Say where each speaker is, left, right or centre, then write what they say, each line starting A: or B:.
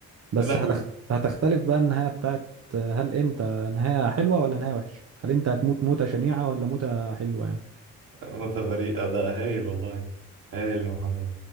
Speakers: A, on the right; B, on the right.
A: بس
B: يا لهوي
A: هتخ... هتختلف بقى النهاية بتاعت آه، هل انت نهاية حلوة ولا نهاية وحشة هل انت هتموت موتة شنيعة ولا موتة حلوة يعني
B: متفريقه ده هايل والله هايل يا محمد